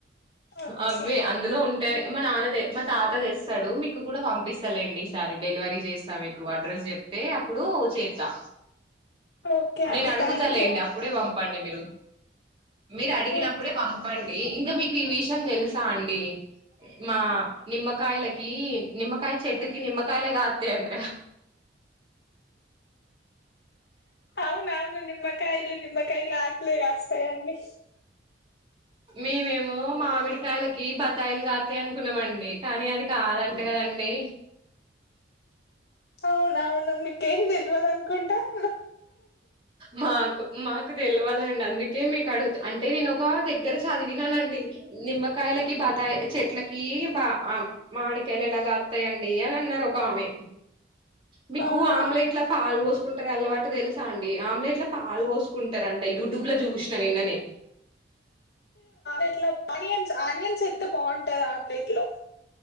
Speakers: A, on the left (about 60°); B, on the right (about 30°).
A: ఓకే
B: అవి అందులో ఉంటాయి మా నాన్న మా తాత తెస్తాడు మీకు కూడా పంపిస్తలేండి ఈసారి డెలివరీ చేస్తా మీకు అడ్రస్ చెప్తే అప్పుడు చెత్తా
A: ఓకే
B: నేను
A: అండి
B: అడుగుతా
A: థ్యాంక్
B: లేండి
A: యూ అండి.
B: అప్పుడే పంపండి. మీరు మీరు అడిగినప్పుడే
A: ఓకే
B: పంపండీ ఇంక మీక్ ఈ విషయం తెలుసా అండి మా నిమ్మ కయల ఏ టి నిమ్మకాయ చెట్టుకి నిమ్మకాయలే కాత్తాయి అంట
A: అవును అవును నిమ్మ కయలు నిమ్మ కాయలే కాస్తాయి అండి
B: మేమేమో మామిడికాయలకి బత్తాయిలు కాస్తాయ అనుకున్నామండి కానీ అది కాదంట కదండి
A: అవునవును నీకేం తెల్వదు అనుకుంటా <inaudible>
B: మాకు మాకు తెలియవదండి అందుకే మీకు అడుగుత అంటే నేను ఒక దగ్గర చదివినానండి నిమ్మకాయలకి బతాయి చెట్లకి బా ఆ మాడికాయలు ఎలా కాస్తాయండి అని అన్నారు ఒక ఆమె మీకు
A: అవునా
B: ఆమ్లెట్ల పాలు పోస్కో కుంటారు అలవాటు తెలు టా అండి ఆమ్లెట్ లో పాలు పోసుకుంటరంట యూట్యూబ్లో చూసిన నిన్ననే
A: ఇట్లో అనిన్స్ అనియన్స్ ఎంత బాగుంటుంది ఆమ్లెట్లో